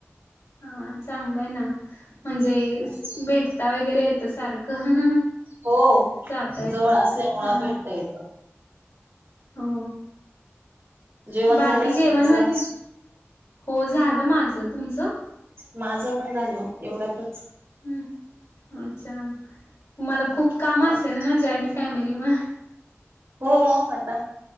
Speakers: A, on the left; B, on the right.
A: हा चांगलंय ना म्हणजे
B: नाशिक
A: भेटता वगैरे येतं सारखं.
B: हो
A: जाता येतं
B: जवळ असल्यामुळं
A: हा
B: भेटता येतं
A: हो
B: जेवण
A: बाकी
B: झालं का
A: जेवण
B: तुमचं
A: वगैरे. हो झालं माझं तुमचं.
B: माझं पण झालं एवढ्यातचं.
A: हम्म अच्छा. त मला
B: हं.
A: खूप काम असेल
B: आता
A: ना जॉईंट फॅमिलीमुळे
B: हो मग आता